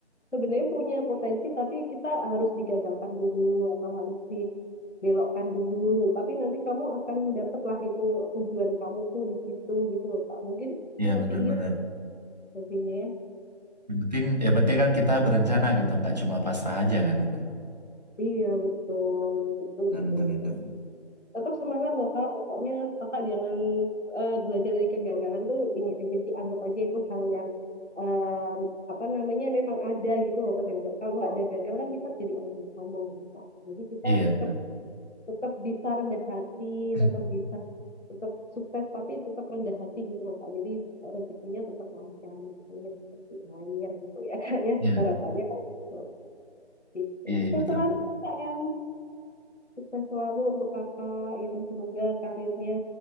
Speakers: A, on the left; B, on the right.
A: sebenarnya punya potensi, tapi kita harus digagalkan dulu atau harus dibelokkan dulu. Tapi nanti kamu akan dapatlah itu tujuan kamu tuh di situ gitu loh Kak. Mungkin
B: Iya
A: seperti
B: benar-benar.
A: itu pastinya ya.
B: Yang penting, yang penting kan kita berencana gitu, nggak cuma pasrah aja kan itu.
A: Iya, betul, betul,
B: Benar-benar.
A: betul, betul. tetap semangat loh kak pokoknya kakak jangan eh, belajar dari kegagalan tuh ini aja sih anggap aja itu hal yang em, apa namanya memang ada gitu loh kegagalan kalau nggak ada gagal kan kita jadi orang yang sombong kan kak jadi kita
B: Iya
A: tetap
B: benar.
A: tetap bisa rendah hati
B: <clears throat>
A: tetap bisa tetap sukses tapi tetap rendah hati gitu loh kak jadi rezekinya tetap lancar mengalir seperti air gitu ya kak ya
B: Iya,
A: harapannya kan gitu gitu
B: iya
A: sukses
B: betul.
A: selalu kak ya Sukses selalu untuk kakak gitu. Semoga karirnya